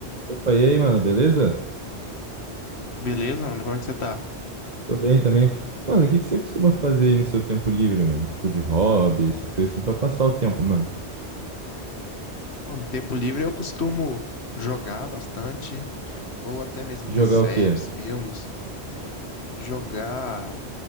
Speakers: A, on the right; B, on the left.
A: Opa, e aí, mano, beleza?
B: Beleza, Ana? Como é que você tá?
A: Tô bem também. Mano, o que que você costuma fazer aí no seu tempo livre, mano? Tipo, de hobby, essas coisas assim, pra passar o tempo mesmo.
B: Bom, No tempo livre eu costumo jogar bastante, ou até mesmo
A: Jogar
B: ver séries,
A: o quê?
B: filmes, jogar